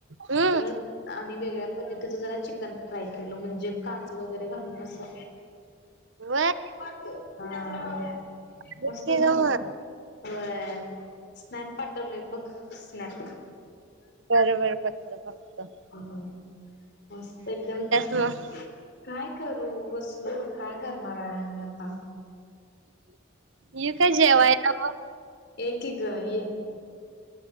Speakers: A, on the right; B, on the left.
A: हम्म
B: परत आणि वेगळ्या पद् इथ तू जरा चिकन ट्राय केलं म्हणजे काजू वगैरे घालून असं
A: व्हय
B: हा
A: बघते
B: मस्त झालं.
A: ग मग
B: होय, स्नॅप पाटवलंय बग, स्नॅप.
A: बरोबर बघतो फक्त.
B: हम्म. मस्त एकदम,
A: मग
B: काय? करू बसलो, काय करणार आहे मी आता?
A: ये काय जेवयला मग?
B: कि गं ये.